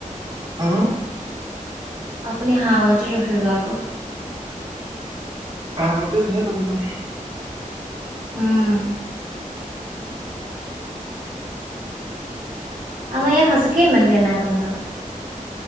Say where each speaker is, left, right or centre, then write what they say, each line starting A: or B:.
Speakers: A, on the right; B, on the right.
A: উ?
B: আপুনি হামতিত ৰখিব আকৌ।
A: হামতিত দেৰ টমটম।
B: উম। আমাৰ ইয়াত সঁচাকেই ইমানকে নাই টমটম।